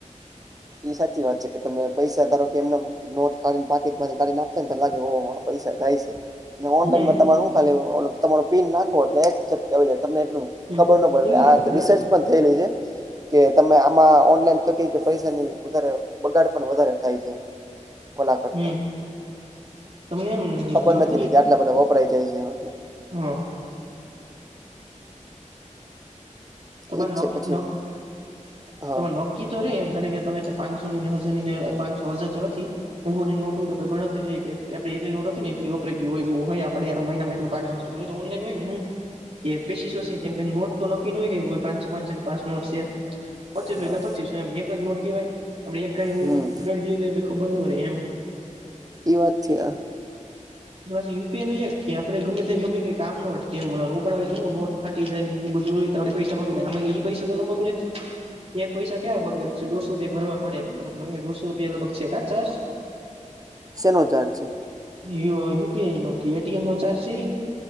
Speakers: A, on the right; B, on the right.
A: ઈ સાચી વાત છે કે તમે પૈસા ધારો કે એમ નેમ નોટ કાઢીને પાકેટમાંથી કાઢીને આપતા ને લાગે ઓ હો પૈસા જાય છે. ને ઓનલાઈનમાં
B: હમ
A: તમારે હું ખાલી ઓલું પીન નાખો એટલે એક ચટકે આવી જાય તમને એટલું
B: હમ
A: ખબર ન પડે
B: એની
A: એટલે આ
B: ગણ
A: રિસર્ચ પણ થયેલી છે કે તમે આમાં ઓનલાઈન તો કે કે પૈસાની વધારે બગાડ પણ વધારે થાય છે. ઓલા કરતા
B: હમ્મ તમને એમ.
A: ખબર
B: નક્કી
A: નથી રેતી આટલા બધા વપરાઈ જાય છે એમ એટલે.
B: હા. તમારે
A: એજ
B: નખ
A: છે પછી
B: ન
A: એમ. હા
B: તમારે ન કી તો રે એમ જાણે કે તમે પાંચસો ની ને હજાર ની ને પાંસો હજાર તો નથી. હું હું ની નોટ હોય તો આપડ ગણતરીઈ કે આપ એટ નો હતી ને એટલલી વપરાઈ ગય હોય આપણે આ મહિનામાં એટલુ કાઢવાનું ઓલો તો ઓનલાઈન હોય ને હું કે પેશી શો નોટ તો નક્કી ન હોય કે પાન્સો પાન્સો ની પાચ નોટ સે. પચીસો
A: હા
B: એટલે પચીસો એમ એક જ નોટ કેહવાય આપ એક ગાય એ
A: હમ
B: ઉડડી દી એ ખબર ન રે એમ.
A: ઈ વાત છે આ.
B: ને પાછું યુ પી એ નું એક કે આપડ ગમે ત્યા ગમે કઈ કામ ન અટ કે એમ રોકડા હોય તો હું નોટ ફાટી જાય ને ઈ બધું હોય તો આપડા પૈસા બગડે આ એ પૈસા તો ના બગડે. એક પૈસા કયા બગડે પછ દોઢસો રૂપિયા ભરવા પડે લગભગ મહિને દોઢસો રૂપિયા લગભગ છે કા ચાર્જ?
A: સેનો ચાર્જ છે?
B: યુ પી આઈ નો એ ટી એમ નો ચાર્જ છે ઇ?